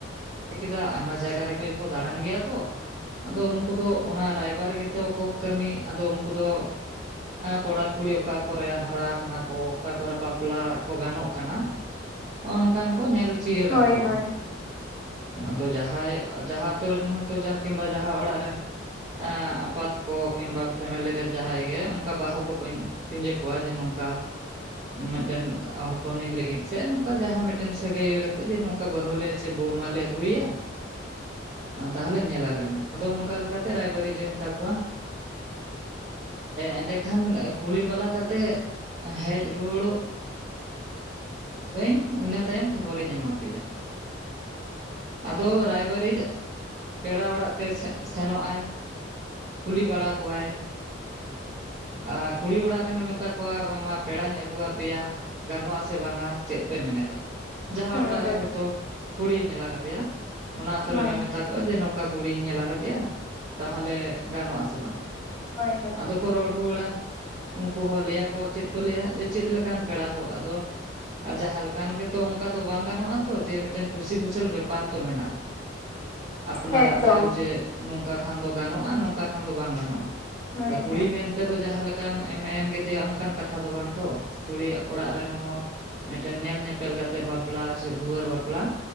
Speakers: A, on the right (about 30°); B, on the left (about 20°).
A: ᱠᱮᱫᱟ ᱟᱭᱢᱟ ᱡᱟᱭᱜᱟ ᱨᱮᱜᱮ ᱠᱚ ᱫᱟᱲᱟᱱ ᱜᱮᱭᱟ ᱛᱚ ᱟᱫᱚ ᱩᱱᱠᱩ ᱫᱚ ᱚᱱᱟ ᱨᱟᱭᱵᱟᱨ ᱜᱮ ᱛᱚ ᱠᱚ ᱠᱟᱹᱢᱤ ᱟᱫᱚ ᱩᱱᱠᱩ ᱫᱚ ᱠᱚᱲᱟ ᱠᱩᱲᱤ ᱚᱠᱟ ᱠᱚᱨᱮ ᱦᱟᱨᱟ ᱠᱟᱱᱟ ᱠᱚ ᱚᱠᱟ ᱠᱚᱨᱮ ᱵᱟᱯᱞᱟ ᱠᱚ ᱜᱟᱱᱚᱜ ᱠᱟᱱᱟ ᱱᱚᱜᱼᱚ ᱱᱚᱝᱠᱟᱱ ᱠᱚ ᱧᱮᱞ ᱪᱤᱭᱟᱹ
B: ᱦᱳᱭ
A: ᱠᱟᱠᱚᱣᱟ
B: ᱦᱳᱭ
A: ᱟᱫᱚ ᱡᱟᱦᱟᱸᱭ ᱡᱟᱸᱦᱟ ᱟᱹᱛᱩ ᱨᱮᱱ ᱦᱚᱭ ᱛᱚ ᱠᱤᱝ ᱵᱟ ᱡᱟᱸᱦᱟ ᱚᱲᱟᱜ ᱨᱮᱱ ᱟᱯᱟᱛ ᱠᱚ ᱠᱤᱝ ᱵᱟ ᱯᱷᱮᱢᱮᱞᱤ ᱨᱮ ᱡᱟᱦᱟᱸᱭ ᱜᱮ ᱚᱱᱠᱟ ᱵᱟᱹᱦᱩ ᱠᱚ <unintelligible> ᱠᱚᱣᱟ ᱡᱮ ᱱᱚᱝᱠᱟ ᱢᱤᱫ ᱴᱮᱱ ᱦᱚᱯᱚᱱ ᱱᱤᱧ ᱞᱟᱹᱜᱤᱫ ᱥᱮ ᱱᱚᱝᱠᱟ ᱡᱟᱦᱟᱸ ᱢᱤᱫ ᱴᱮᱱ ᱥᱟᱹᱜᱟᱹᱭ ᱠᱟᱛᱮᱜ ᱡᱮ ᱱᱚᱝᱠᱟ ᱵᱟᱹᱦᱩ ᱞᱮ ᱥᱮ ᱢᱟᱞᱮ ᱟᱹᱜᱩᱭᱟ ᱛᱟᱦᱚᱞᱮ ᱧᱮᱞ ᱟᱞᱮᱢ ᱟᱫᱚ ᱚᱱᱠᱟ ᱞᱮᱠᱟᱛᱮ ᱨᱟᱭᱵᱟᱨᱤᱡ ᱮ ᱢᱮᱛᱟ ᱠᱚᱣᱟ ᱮᱸᱰᱮᱠᱷᱟᱱ <unintelligible> ᱠᱟᱛᱮ ᱦᱮᱡ ᱨᱩᱣᱟᱹᱲᱚᱜ <unintelligible> ᱤᱱᱟᱹ ᱛᱟᱭᱚᱢ ᱠᱷᱚᱵᱚᱨ ᱤᱧ ᱮᱢᱟ ᱯᱮᱭᱟ ᱟᱫᱚ ᱨᱟᱭᱵᱟᱨᱤᱡ ᱯᱮᱲᱟ ᱚᱲᱟᱜ ᱛᱮ ᱥᱮᱱᱚᱜ ᱟᱭ ᱠᱩᱞᱤ ᱵᱟᱲᱟ ᱠᱚᱣᱟᱭ ᱟᱨ ᱠᱩᱲᱤ ᱚᱲᱟᱜ ᱨᱮᱱᱮ ᱢᱮᱛᱟ ᱠᱚᱣᱟ ᱵᱟᱝ ᱢᱟ ᱯᱮᱲᱟᱹᱧ ᱟᱹᱜᱩ ᱟᱯᱮ ᱭᱟ ᱜᱟᱱᱚᱜ-ᱟ ᱥᱮ ᱵᱟᱝᱟ ᱪᱮᱫ ᱯᱮ ᱢᱮᱱ ᱮᱫᱟ ᱡᱟᱸᱦᱟ
B: ᱦᱳᱭ
A: ᱚᱲᱟᱜ ᱨᱮ
B: ᱦᱳᱭ
A: ᱦᱚᱭ ᱛᱚ ᱠᱩᱲᱤᱭ ᱧᱮᱞ ᱠᱟᱫᱮᱭᱟ ᱚᱱᱟ ᱟᱹᱛᱳ ᱨᱮᱱᱮ
B: ᱦᱳᱭ
A: ᱢᱮᱛᱟ <unintelligible> ᱡᱮ ᱱᱚᱝᱠᱟ ᱠᱩᱲᱤᱧ ᱧᱮᱞ ᱟᱠᱟᱫᱮᱭᱟ ᱛᱟᱦᱚᱞᱮ ᱜᱟᱱᱚᱜ ᱟᱥᱮ ᱵᱟᱝ
B: ᱦᱳᱭ ᱦᱳᱭ
A: ᱟᱫᱚ ᱠᱚ ᱨᱚᱲ ᱨᱩᱣᱟᱹᱲᱟ ᱩᱱᱠᱩ ᱦᱚᱸ ᱞᱟᱹᱭ ᱟᱠᱚ ᱪᱮᱫ ᱠᱚ ᱞᱟᱹᱭᱼᱟ ᱪᱮᱫ ᱞᱮᱠᱟᱱ ᱯᱮᱲᱟ ᱦᱳ ᱟᱫᱚ ᱟᱨ ᱡᱟᱸᱦᱟ ᱞᱮᱠᱟᱱ ᱜᱮᱛᱚ ᱚᱱᱠᱟ ᱫᱚ ᱵᱟᱝ ᱜᱟᱱᱚᱜᱼᱟ ᱛᱚ ᱡᱮ ᱢᱤᱫ ᱴᱮᱱ ᱠᱩᱥᱤ ᱠᱩᱥᱟᱹᱞ ᱵᱮᱯᱟᱨ ᱛᱚ ᱢᱮᱱᱟᱜᱼᱟ ᱟᱯᱱᱟᱨᱟᱜ
B: ᱮᱠᱫᱚᱢ
A: ᱨᱮᱦᱚ ᱡᱮ ᱱᱚᱝᱠᱟ ᱠᱷᱟᱱ ᱫᱚ ᱜᱟᱱᱚᱜᱼᱟ ᱱᱚᱝᱠᱟ ᱠᱷᱟᱱ ᱫᱚ ᱵᱟᱝ ᱜᱟᱱᱚᱜᱼᱟ
B: ᱦᱳᱭ
A: ᱟᱫᱚ ᱠᱩᱲᱤ
B: ᱦᱳᱭ
A: ᱢᱮᱱ <unintelligible> ᱫᱚ ᱡᱟᱦᱟᱸ ᱞᱮᱠᱟᱱ ᱮᱢ ᱮᱢ ᱠᱮᱫᱮᱭᱟ ᱚᱱᱠᱟᱱ ᱠᱟᱛᱷᱟ ᱫᱚ ᱵᱟᱝ ᱛᱚ ᱠᱩᱲᱤ ᱚᱲᱟᱜ ᱨᱮᱱ ᱦᱚᱸ ᱢᱤᱫ ᱴᱮᱱ ᱧᱮᱞ ᱧᱮᱯᱮᱞ ᱠᱟᱛᱮᱜ ᱵᱟᱯᱞᱟ ᱥᱮ ᱫᱩᱣᱟᱹᱨ ᱵᱟᱯᱞᱟ